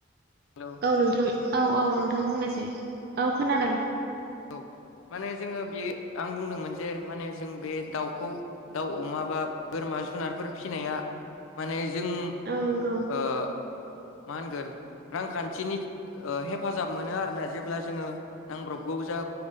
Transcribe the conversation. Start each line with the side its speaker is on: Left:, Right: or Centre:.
Left: हेलौ
Right: औ नोंथां औ औ नोंथां बुंनोसै औ खोनादों
Left: औ माने जोङो बेयो आं बुंदोंमोन जे माने जों बे दाउखौ दाउ अमा बा बोरमा जुनारफोर फिसिनाया माने जों
Right: औ नंगौ
Left: ओ मा होनगोन रांखान्थिनि हेफाजाब मोनो आरोना जेब्ला जोङो नांब्रब गौ जा